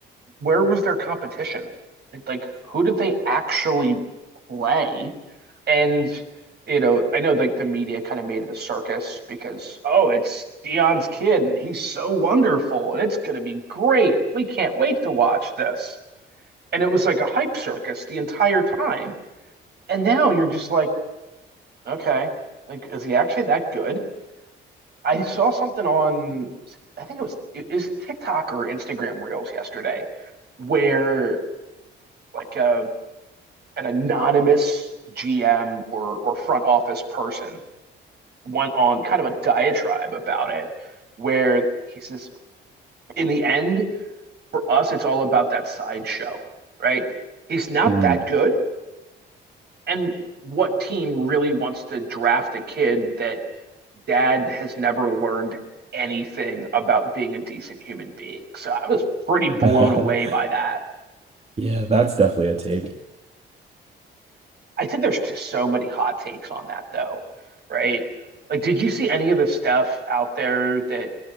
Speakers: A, on the right; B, on the right.
A: where was their competition? Like, like, who did they actually play? And, you know, I know like the media kind of made it a circus because, oh, it's Dion's kid and he's so wonderful and it's going to be great. We can't wait to watch this and it was like a hype circus the entire time. And now you're just like, okay, like is he actually that good? I saw something on, I think it was it was TikTok or Instagram Reels yesterday, where like a an anonymous GM or or front office person went on kind of a diatribe about it, where he says, in the end, for us, it's all about that sideshow, right? He's not
B: Mm.
A: that good, and what team really wants to draft a kid that dad has never learned anything about being a decent human being? So I was pretty blown
B: <laughs>
A: away by that.
B: Yeah, that's definitely a take.
A: I think there's just so many hot takes on that though, right? Like, did you see any of the stuff out there that